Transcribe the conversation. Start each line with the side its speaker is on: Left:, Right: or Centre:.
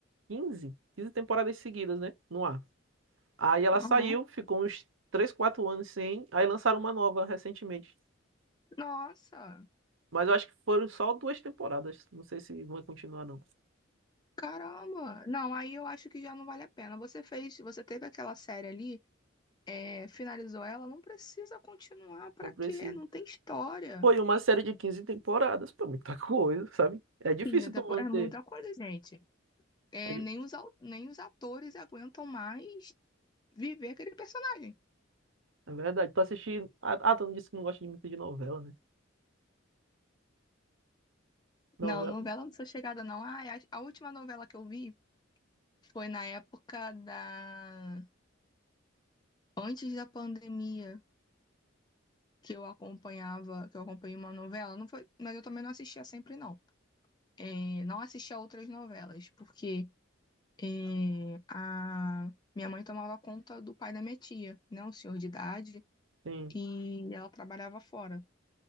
Right: quinze quinze temporadas seguidas, né? No ar. Aí ela saiu,
Left: Aham.
Right: ficou uns 3, 4 anos sem. Aí lançaram uma nova recentemente.
Left: Nossa,
Right: Mas eu acho que foram só duas temporadas. Não sei se vão continuar, não.
Left: caramba. Não, aí eu acho que já não vale a pena. Você fez, você teve aquela série ali. é, finalizou ela, não precisa continuar, pra
Right: Não precisa.
Left: quê? Não tem história.
Right: Foi uma série de 15 temporadas, pô, muita coisa, sabe? É difícil
Left: 15 temporadas
Right: tu manter.
Left: é muita coisa, gente. É,
Right: É, di-
Left: nem os, au- nem os atores aguentam mais viver aquele personagem.
Right: é verdade. Tu assistindo. Ah, ah, tu não disse que não gosta de muito de novela, né? Novela.
Left: Não, novela não sou chegada, não. Ah, a, a última novela que eu vi foi na época da... Antes da pandemia, que eu acompanhava, que eu acompanhei uma novela. Não foi, mas eu também não assistia sempre, não. É, não assistia outras novelas, porque... É, a minha mãe tomava conta do pai da minha tia, né, um senhor de idade,
Right: Sim,
Left: e ela trabalhava fora.